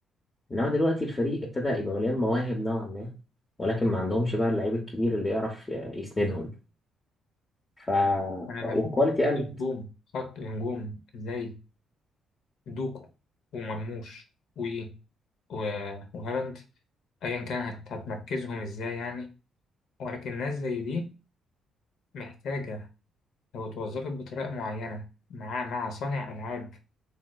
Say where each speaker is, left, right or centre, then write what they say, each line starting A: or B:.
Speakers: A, on the left; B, on the left.
A: انما دلوقتي الفريق ابتدى يبقى مليان مواهب نوعا ما ولكن ما عندهمش بقى اللعيب الكبير اللي يعرف ي- يسندهم ف...
B: انا
A: ف... والكواليتي
B: بشوف
A: قلت
B: نجوم خط نجوم زي دوكو ومرموش و و- وهالاند ايا كان هت- هتمركزهم ازاي يعني ولكن ناس زي دي محتاجه لو اتوظفت بطريقه معينه مع مع صانع العاب